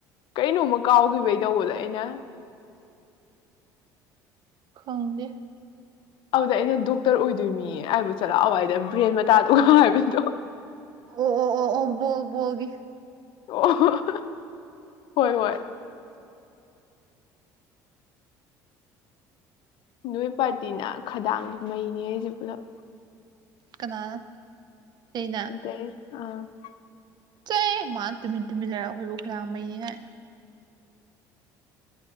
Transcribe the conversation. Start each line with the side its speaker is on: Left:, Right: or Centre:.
Left: ꯀꯔꯤꯅꯣꯃ ꯀꯥꯎꯈꯤꯕꯩ ꯇꯧꯕꯗ ꯑꯩꯅ
Right: ꯈꯪꯗꯦ
Left: ꯑꯗ ꯑꯩꯅ ꯗꯣꯛꯇꯔ ꯑꯣꯏꯗꯣꯏꯅꯤ ꯍꯥꯏꯕꯨ ꯆꯠꯂꯥꯛꯑꯣꯋꯥꯏꯗ ꯕ꯭ꯔꯦꯟ ꯃꯇꯥꯗꯨꯒ ꯍꯥꯏꯕꯗꯣ
Right: ꯑꯣ ꯑꯣ ꯑꯣ ꯑꯣꯕꯣꯕꯒꯤ <inaudible>
Left: ꯑꯣ ꯍꯣꯏ ꯍꯣꯏ ꯅꯣꯏ ꯄꯥꯔꯇꯤꯅ ꯈꯗꯥꯡꯗꯤ ꯃꯩꯅꯦꯍꯦ ꯑꯩꯁꯨ ꯄꯨꯂꯞ
Right: ꯀꯅꯥ ꯀꯩꯅ
Left: ꯑ ꯑ <inaudible>
Right: ꯆꯣꯍꯦ ꯃꯥ ꯇꯨꯃꯤꯟ ꯇꯨꯃꯤꯟ ꯂꯩꯔꯒ ꯑꯩꯈꯣꯏꯕꯨ ꯈꯗꯥꯡ ꯃꯩꯅꯦꯒ